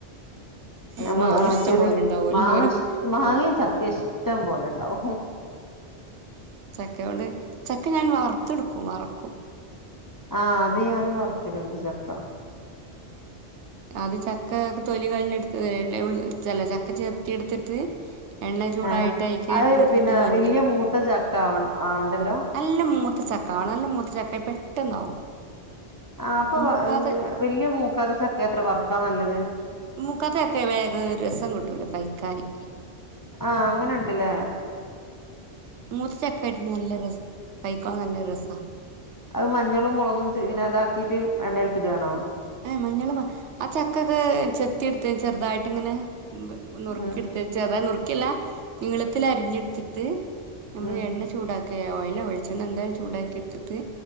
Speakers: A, on the right (about 90°); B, on the left (about 30°).
A: അവിടെ
B: നമ്മ
A: മാങ്ങ
B: ആ
A: ഇഷ്ടം
B: ചെറി
A: പോലെ ഉണ്ടാവുമല്ലോ
B: മാങ്ങ
A: ഓല്
B: ഇഷ് മാങ്ങയും
A: ആഹ്
B: ചക്കയും ഇഷ്ടം പോലെ ഉണ്ടാവും
A: ചക്കയ കൊണ്ട് ചക്ക ഞാൻ വറുത്തെടുക്കും വറക്കും
B: ആഹ് അത് ഞാനും വറക്കിലുണ്ട് ചക്ക
A: അത് ചക്ക ഒക്കെ തൊലി കയിലെടുത്ത് ഉള്ളല്ല ചെല ചക്ക ചെത്തി എടുത്തിട്ട് എണ്ണ ചൂടായിട്ട്
B: ആഹ്
A: അയീക്ക്
B: അത്
A: ഇട്ടു കൊടുത്തിട്ട്
B: പിന്നെ
A: മഞ്ഞൾ
B: വല്യ മൂത്ത ചക്ക ആവ ആവണ്ടല്ലോ
A: നല്ല മൂത്തച്ചക്ക ആണ് നല്ല മൂത്ത ചക്ക പെട്ടെന്നാവും
B: ആഹ് അപ്പൊ
A: മൂക്കാതെ
B: വലിയ മൂക്കാതെ ചക്ക എത്ര വർക്കാ നല്ലത്
A: മൂക്കാത്ത ചക്കയെ വേഗം രസം കിട്ടൂല്ലാ കഴിക്കാന്
B: ആഹ് അങ്ങനുണ്ടല്ലേ
A: മൂത്ത ചക്ക ഇട്ട നല്ല രസ കഴിക്കാൻ നല്ല രസവാ
B: അത് മഞ്ഞളും മുളകും പിന്നെ ഇതാക്കീട്ട് എണ്ണയിലേക്ക് ഇടുവാണോ
A: ഏഹ് മഞ്ഞള് ആഹ് ചക്കയൊക്കെ ചെത്തിയെടുത്ത് ചെറുതായിട്ട് ഇങ്ങനെ നുറുക്കി
B: ഉം
A: എടുത്ത് ചെറുതായി നുറുക്കിയല്ല നീളത്തിൽ അരിഞ്ഞെടുത്തിട്ട് നമ്മള്
B: ഉം
A: എണ്ണ ചൂടാ ഓക്കെ ഓയി വെിച്ചെണ്ണ എന്തായും ഓയില് ഒഴിച്ചോണ്ട് തന്നെ ചൂടാക്കി എടുത്തിട്ട്